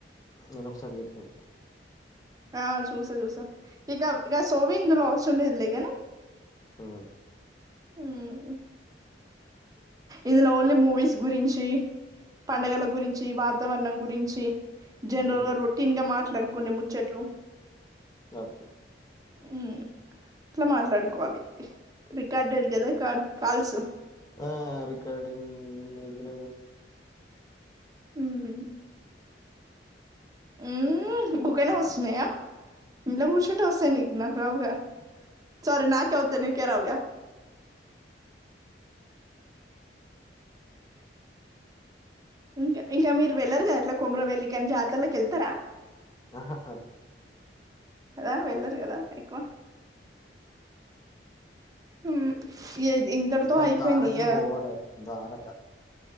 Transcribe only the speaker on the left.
న నొ ఒకసారి చే పతు
ఆ
ఉహు
ఓకే
ఆ అర కాడక్కడ
ఆహా
ఇంకా
ధారకు
పోవాల ధ్వారక